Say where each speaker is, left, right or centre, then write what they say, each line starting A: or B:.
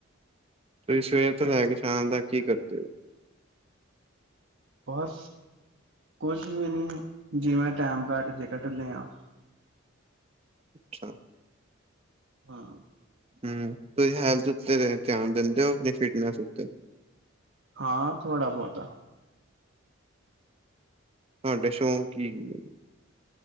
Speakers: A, on the right (about 30°); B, on the right (about 60°).
A: ਤੁਸੀਂ ਸਵੇਰ ਤੋਂ ਲੈ ਕੇ ਸ਼ਾਮ ਤੱਕ ਕੀ ਕਰਦੇ ਓ?
B: ਬਸ ਕੁਛ ਵੀ ਨੀ ਜਿਵੇਂ ਟੈਮ ਕੱਟ ਜੇ ਕੱਢ ਲਿਆ
A: ਅੱਛਾ।
B: ਹਾਂ।
A: ਹੂੰ, ਤੁਸੀਂ ਹੈਲਥ ਉਤੇ ਧਿਆਨ ਦਿੰਦੇ ਓ ਆਪਣੀ ਫਿਟਨੈਸ ਉਤੇ?
B: ਹਾਂ ਥੋੜ੍ਹਾ ਬੋਤਾ
A: ਤੁਹਾਡੇ ਸ਼ੌਂਕ ਕੀ ਹੁੰਦੇ?